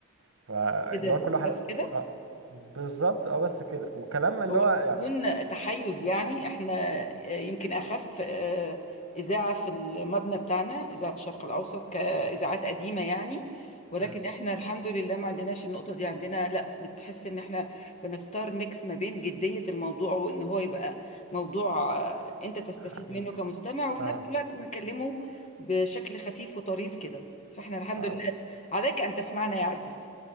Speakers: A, on the right; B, on the left.
A: فاللي
B: كده
A: هو كل واحد
B: بس كده
A: آه بالظبط أه بس كده وكلام اللي
B: هو
A: هو يعني
B: بدون تحيز يعني احنا آه، يمكن اخف آه، اذاعه في المبنى بتاعنا اذاعه الشرق الاوسط كاذاعات قديمه يعني ولكن
A: مم،
B: احنا الحمد لله ما عندناش النقطه دي عندنا لا بتحس ان احنا بنختار ميكس ما بين جديه الموضوع وان هو يبقى موضوع آه، انت تستفيد
A: خفيف
B: منه كمستمع وفي
A: آه
B: نفس الوقت بنكلمه بشكل خفيف وطريف كده فاحنا الحمد
A: آه.
B: لله عليك ان تسمعنا يا عزيزي